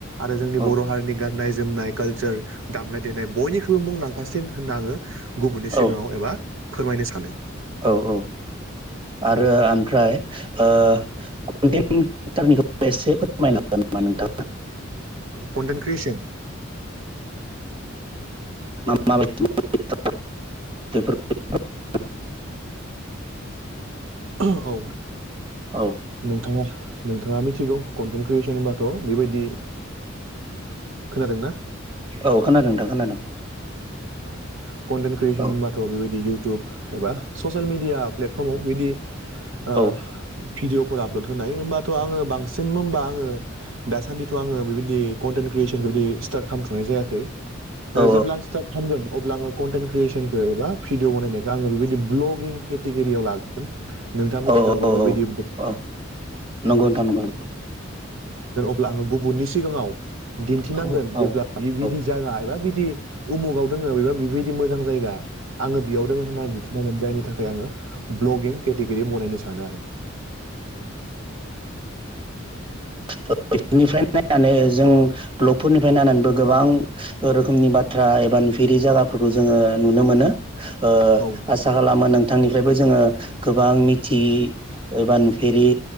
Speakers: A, on the right; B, on the right.
A: आरो जोंनि
B: औ
A: बर' हारिनि गान न्नाय जोमनाय कालसार दामनाय देनाय बयनिख्रुइबो मुंदांखासिन होनना आङो गुबुननि सिगाङाव
B: औ
A: एबा फोरमायनो सानो
B: औ औ आरो
A: औ
B: ओमफ्राय ओ ओ कन्टेन्ट टारनिखौ एसे फोरमायनो हागोन नामा नोंथाङा
A: कन्टेन्ट क्रियेसन
B: <unintelligible> माबायदि बे <unintelligible>
A: औ
B: औ
A: नोंथाङा नोंथाङा मिथिगौ कन्टेन्ट क्रियेसन होनबाथ' बेबायदि खोनादोंना
B: औ खोनादों नोंथां खोनादों।
A: औ कन्टेन्ट क्रियेसन
B: औ
A: होनबाथ' बेबायदि इउटुब एबा ससियेल मिडिया प्लेटफर्माव बिदि ओ
B: औ
A: भिदिअफोर आपलद होनाय होमबाथ' आङो बांसिन होनबा आङो दासान्दिथ' आङो बिबायदि कनथेन क्रीएसन बेबादि स्तारथ खालाम'नाय जायाखै ओ
B: औ
A: जेब्ला आं स्तारथ खालामोन अब्ला आं कनतेन क्रियेसनखो एबा भिडिअ बनायनायखौ आङो बेबायदि भ्लगिं केटेगरियाव लागोन नोंथाङा मिथिखागौ
B: औ औ
A: बेबायदि
B: औ नंगौ नोंथां नंगौ
A: <unintelligible> ब्ला आङो गुबुननि सिगाङाव दिन्थिनांगोन
B: औ औ
A: जेब्ला बि बिदि
B: औ
A: जायगा एबा बिदि उमुगाव दोङो बेबा बेबायदि मोजां जायगा आङो बेयाव दोङो होननानै <unintelligible> जायनि थाखाय खाय आङो ब्लगिं केटेगरि बनायनो सानो आरो।
B: <unintelligible> नायनानै जों ब्लकफोरनिफ्राय नायनानैबो गोबां रोखोमनि बाथ्रा एबि नुफेरि जागाफोरखौ जोङो नुनो मोनो ओ
A: औ
B: आसा खालामो नों थांनिफ्रायबो जोङो गोबां मिथियि एबा नुफेरि